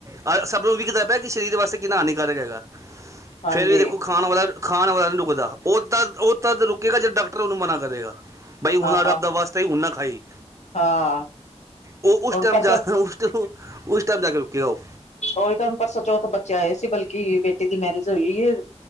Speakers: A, on the right; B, on the left.
A: ਆ ਸਭ ਨੂੰ ਵਿਖਦਾ ਪੇਆ ਕਿ ਸਰੀਰ ਵਾਸਤੇ ਕਿੰਨਾ ਹਾਨੀਕਾਰਕ ਹੈਗਾ।
B: ਹਾਂਜੀ
A: ਫੇਰ ਵੀ ਦੇਖੋ ਖਾਣ ਵਾਲਾ, ਖਾਣ ਵਾਲਾ ਨਹੀਂ ਰੁਕਦਾ ਉਹ ਤਾਂ ਉਹ ਤੱਦ ਰੁਕੇਗਾ, ਜੇ ਡਾਕਟਰ ਉਹਨੂੰ ਮਨਾ ਕਰੇਗਾ। ਬਈ ਹੁਣ
B: ਹਾਂ
A: ਆ ਰੱਬ ਦਾ ਵਾਸਤੇ ਹੀ ਨਾਂ ਖਾਈ,
B: ਹਾਂ
A: ਉਹ ਉਸ
B: ਹੁਣ
A: ਟਾਈਮ
B: ਪਰਸੋਂ
A: ਜਾ ਉਸ ਟਮ ਉਸ ਟਾਈਮ ਜਾ ਕੇ ਰੁਕੇ ਉਹ
B: ਉਹੀ ਤਾਂ ਹੁਣ ਪਰਸੋਂ ਚੌਥ ਬੱਚੇ ਆਏ ਸੀ ਬਲਕਿ ਬੇਟੀੇ ਦੀ ਮੈਰਿਜ ਹੋਈ ਏ।